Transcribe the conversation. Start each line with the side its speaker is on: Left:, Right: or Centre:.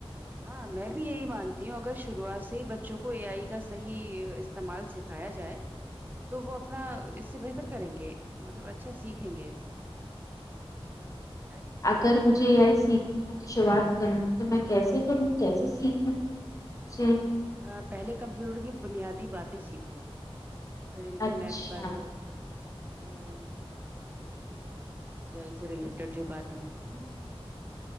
Right: ہاں میں بھی یہی مانتی ہوں اگر شروعات سے ہی بچوں کو اے آئی کا صحیح اس استعمال سکھایا جائے تو وہ اپنا اس سے بہتر کریں گے مطلب اچھا سیکھیں گے ک پت کیا ہے
Left: اگر مجھے یہ آئی سیکھنے کی شروعات کرنی تو میں کیسے کروں کیسے سیکھوں جی
Right: ا پہلے کمپیوٹر کی بنیادی باتیں سیکھوں پھر انٹرنیٹ
Left: اچھا
Right: پر یہ آئی یا اے ائی سے ریلیٹڈ جو باتیں ہیں وہ دھیرے دھیرے